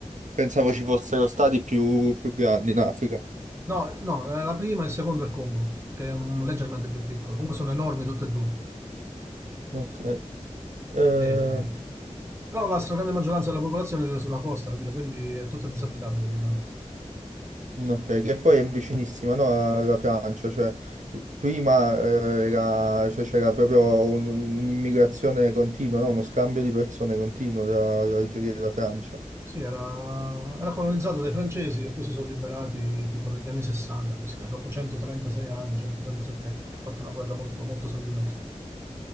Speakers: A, on the right (about 80°); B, on the right (about 20°).
A: pensavo ci fossero stati più, più grandi in Africa.
B: No, no, eh, la prima e il secondo è il Congo, che è un- leggermente più piccolo. Comunque sono enormi tutte e due.
A: Ok. Eh,
B: Eh, Però la stragrande maggioranza della popolazione vive sulla costa, capito? Quindi è tutta disabitata praticamente.
A: Mm, Ok, che poi è vicinissima, no, alla Francia, cioè prima eh, era- cioè, c'era proprio un- un'immigrazione continua, no? Uno scambio di persone continuo tra l'Algeria e la Francia,
B: Sì, era, era colonizzato dai francesi che poi si sono liberati tipo negli anni 60, così, dopo 136 anni, 137 anni. Ha fatto una guerra molto, molto sanguinosa.